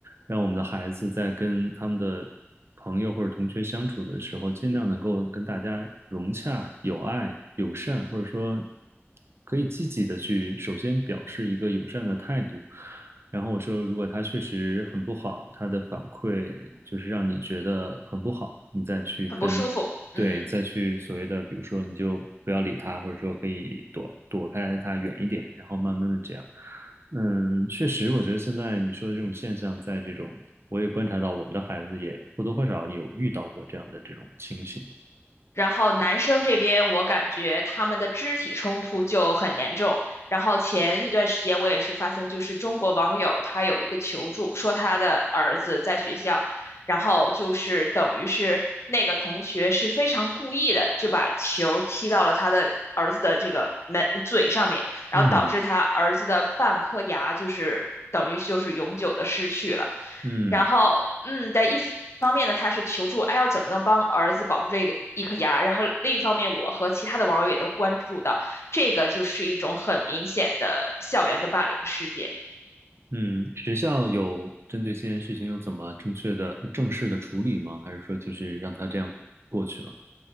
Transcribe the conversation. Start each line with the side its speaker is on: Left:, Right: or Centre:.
Right: 让我们的孩子在跟他们的朋友或者同学相处的时候，尽量能够跟大家融洽、友爱、友善，或者说可以积极的去首先表示一个友善的态度。然后我说，如果他确实很不好，他的反馈就是让你觉得很不好，你再去跟，
Left: 很不舒服。嗯。
Right: 对，再去所谓的，比如说你就不要理他，或者说可以躲躲开他远一点，然后慢慢的这样。嗯，确实，我觉得现在你说的这种现象，在这种我也观察到，我们的孩子也或多或少有遇到过这样的这种情形。
Left: 然后男生这边，我感觉他们的肢体冲突就很严重。然后前一段时间，我也是发现，就是中国网友他有一个求助，说他的儿子在学校，然后就是等于是那个同学是非常故意的，就把球踢到了他的儿子的这个门嘴上面。然后导致他儿子的半颗牙就是等于就是永久的失去了。
Right: 嗯嗯。
Left: 然后，嗯，但一方面呢，他是求助，哎，要怎么能帮儿子保住这个一颗牙？然后另一方面，我和其他的网友也都关注到，这个就是一种很明显的校园的霸凌事件。
Right: 嗯，学校有针对这件事情有怎么正确的、正式的处理吗？还是说就是让他这样过去了？